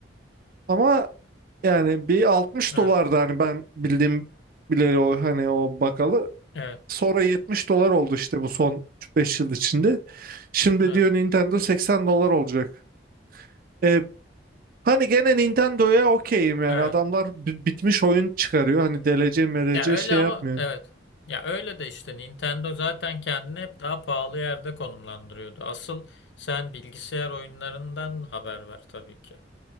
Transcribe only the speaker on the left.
Evet.
Evet.
Hı hı.
Evet.
Evet.
Ya öyle
ama
evet. Ya öyle de işte Nintendo zaten kendini hep daha pahalı yerde konumlandırıyordu. Asıl sen bilgisayar oyunlarından haber ver tabii ki.